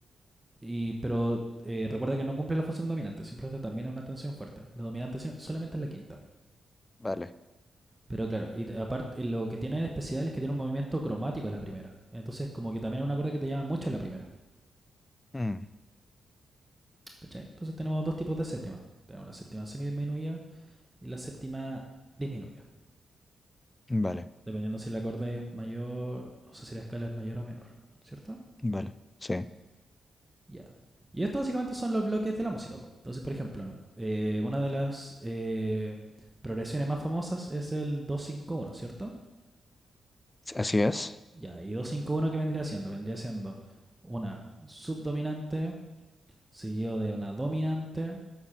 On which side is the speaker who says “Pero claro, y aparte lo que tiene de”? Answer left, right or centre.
Right